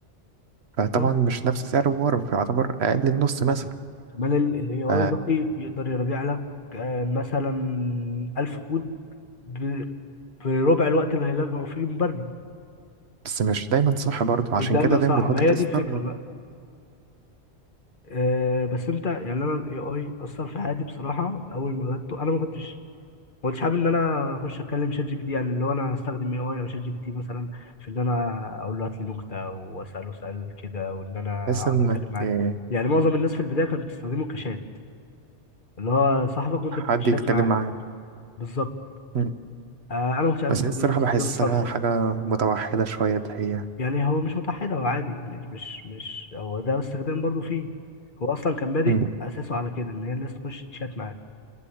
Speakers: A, on the right (about 70°); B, on the left (about 50°).
A: فطبعا
B: اه
A: مش نفس سعر الممر فيعتبر أقل النص مثلا
B: كمان الاي اي
A: ف...
B: دقيق يقدر يراجع لك آه، مثلا 1000 كود ب- بربع الوقت اللي هيلغوا فيه مبرمج
A: بس مش دايما صح برضو عشان
B: مش دايما
A: كده دايما
B: صح
A: بيحط
B: ما هي
A: تيستر
B: دي الفكره بقى آه بس انت يعني انا الاي اي اثر في حياتي بصراحه اول ما غدته انا ما كنتش ما كنتش حابب ان انا اخش اتكلم شات جي بي تي يعني اللي هو انا استخدم اي اي او شات جي بي تي مثلا في ان انا اقول له هات لي نكته واساله سؤال كده وان انا
A: بحيث
B: اقعد
A: إنك
B: اتكلم معاه
A: آه،
B: يعني معظم الناس في البدايه كانت بتستخدمه كشات اللي هو صاحبك وانت
A: حد
B: بتشات
A: يتكلم
B: معاه
A: معاه
B: بالظبط
A: مم.
B: آه انا ما كنتش عايز
A: بس
B: استخدمه
A: هي الصراحة
B: الاستخدام
A: بحسها
B: السطحي
A: حاجة
B: ده
A: متوحدة شوية اللي هي
B: يعني هو مش متحد هو عادي مش مش مش هو ده استخدام برضو فيه هو اصلا كان بادئ
A: مم.
B: اساسه على كده ان هي الناس تخش تشات معاه